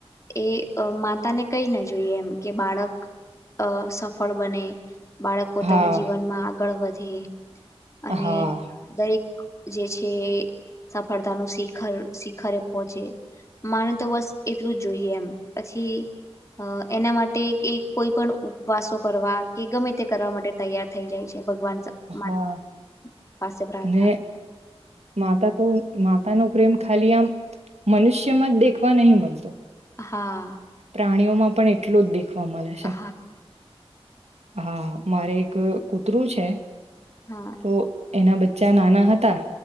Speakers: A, on the left; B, on the right.
A: એ માતા ને કઈ ના જોઈએ એમ કે બાળક અ સફળ બને બાળક પોતાના
B: હા
A: જીવનમાં આગળ વ ધે અને
B: હા
A: દરેક જે છે સફળતાનું શિખર શિખરે પહોંચે માને તો બસ એટલું જ જોઈએ એમ પછી અ એના માટે કે કોઈ પણ ઉપવાસો કરવા કે ગમે તે કરવા માટે તૈયાર થઈ જાય છે ભ ગવાન <unintelligible>
B: હા અને માતા તો માતા નો પ્રેમ ખાલી આ મનુષ્યમાં જ દેખવા નહી મલતો
A: હા
B: પ્રાણીઓ માં પણ એટલો જ દે વા મલે છે.
A: હા
B: હા મારે એક કૂતરું છે.
A: હા
B: તો એના બ ચ્ચા નાના હતા